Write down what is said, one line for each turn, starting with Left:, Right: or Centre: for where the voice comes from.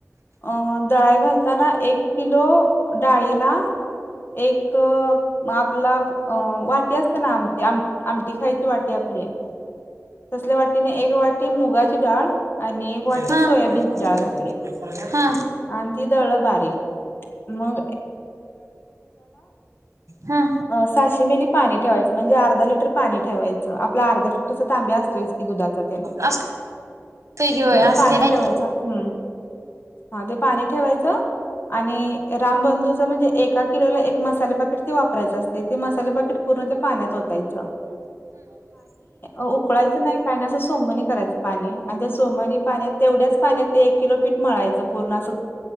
Left: अअअ. दळाई घालताना एक किलो डाळीला एक आपला अ वाटी असते ना आमचीम आमटी खायची वाटी आपली तसल्या वाटीने एक वाट मुगाची डाळ आणि एक वाटी
Right: हा
Left: सोयाबीनची
Right: हा
Left: डाळ घातली आणि ती द ब मिो
Right: हा हा
Left: सश मिली पाणी ठेवायच म्हणजे अर्धा लिटर पाणी ठेवायच आप अर्धा ल त तांब्या असतोयस की दुधाचा ते
Right: अस पैकी होय
Left: मग
Right: असते
Left: ते पाणी
Right: आहेत
Left: ठेवायचं
Right: की
Left: हम्म हा ते पाणी ठेवायचं आणि रामबंधूच म्हणजे एका किलोला एक मसाले पकेट वापरायचे असते ते प उकच नाही करायच पाणी आणि सोमनी पाण्यात तेवढ्याच पाण्यात एक किलो पीठ मळायचं पूर्ण